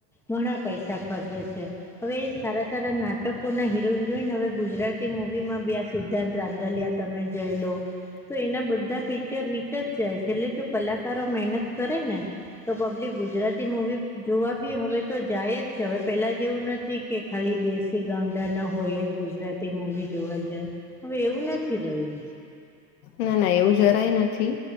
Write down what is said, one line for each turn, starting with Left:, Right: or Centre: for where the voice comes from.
Centre: ઘણા પૈસા ખર્ચે છે. હવે સારા સારા નાટકોના હીરો હિરોઈન હવે ગુજરાતી મુવી માં બે આ સિદ્ધાંત રાંધલ્યા હતા. તમે જઈ લો તો એના બધા પિક્ચર હિટ જ જાય છે એટલે જો કલાકારો મહેનત કરે ને તો પબ્લિક ગુજરાતી મુવી જોવા બી હવે તો જાય જ છે હવે પેલા જેવું નથી કે ખાલી દેશી ગામડા ના હોય જ ગુજરાત તે મુવી જોવા જાય હવે એવું નથી રહ્યું.
Left: ના ના એવું જરાય નથી